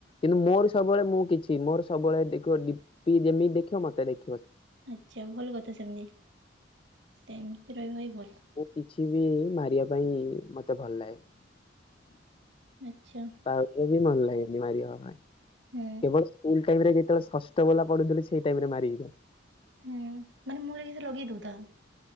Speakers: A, on the left (about 30°); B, on the right (about 70°).
A: କିନ୍ତୁ ମୋର ସବୁବେଳେ ମୁଁ କିଛି ମୋର ସବୁବେଳେ ଦେଖିବ ଡିି ପି ଯେମିତି ଦେଖିବ ମତେ ଦେଖ
B: ଆଚ୍ଛା ଭଲ କଥା ସେମିତି ସେମତି ରହିବା ବି ଭଲ।
A: ମୁଁ କିଛି ବି ମାରିବା ପାଇଁ ମତେ ଭଲ ଲାଗେନି।
B: ଆଚ୍ଛା।
A: ପାଉଡର ବି ଭଲ ଲାଗେନି ମାରିିବା ପାଇଁ।
B: ହୁଁ
A: କେବଳ ସ୍କୁଲ ଟାଇମ ରେ ଯେତେବେଳେ ଷଷ୍ଠ ଵାଲା ପଢ଼ୁଥିଲି ସେଇ ଟାଇମରେ ମାରି ହେଇଯାଏ।
B: ହୁଁ ମାନେ ମୁହଁ ରେ କିଛି ଲଗେଇ ଦୋଉଥା।